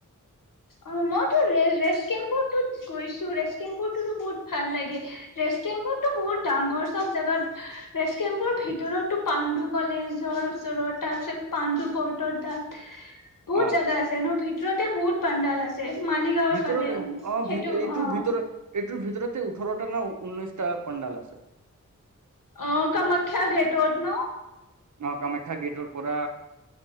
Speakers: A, on the left; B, on the right.
A: অ মইতোৰে ৰেচ কেম্পুৰ গৈছো ৰেষ্ট কেম্পুৰ তো বহুত ভাল লাগে ৰেচ কেম্পুৰতো বহুত ডাঙৰ চব জোগাত ৰেচ কেম্পুৰ ভিতৰতো পাণ্ডু কলেজৰ ওচৰত তাৰিত পাণ্ডু পৰ্টৰ তাত বহুত
B: অ
A: জেগা আছে ন ভ শ্ৰতে পুৰত পধালছে মালিগাঁওৰ
B: ভিতৰতে
A: ফালে
B: অ
A: সেইটো
B: ভি- এইটো
A: অ
B: ভিতৰত এইটোৰ ভিতৰতে ওঠৰটা ন ঊনৈশটা পণ্ডাল আছে
A: অ কামাখ্য গেটত ন
B: অ কামাখ্যা গেটৰ পৰা